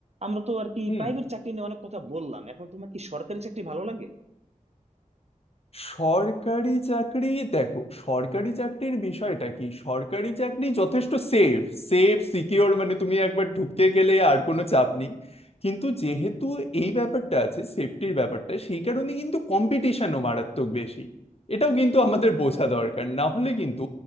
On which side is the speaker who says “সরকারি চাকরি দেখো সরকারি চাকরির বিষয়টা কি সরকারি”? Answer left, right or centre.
Left